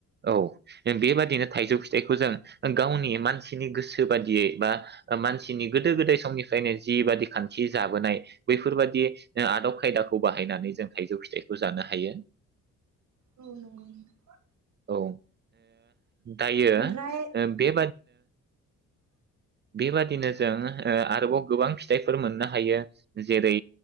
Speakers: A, on the right; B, on the right.
A: औ बेबाददिनो थाइजौ फिथाइखौ जों गावनि मानसिनि गोसो बादियै बा मानसिनि गोदो गोदाय समनिफ्रायनो जिबादि खान्थि जाबोनाय बैफोरबादि आदब खायदाखौ बाहायनानै जों थाइजौ फिथाइखौ जानो हायो।
B: औ नंगौ नोंथां
A: औ ओ दायो
B: ओमफ्राय
A: बे बेबादिनो जों आरोबाव गोबां फिथाइफोर मोननो हायो। जेरै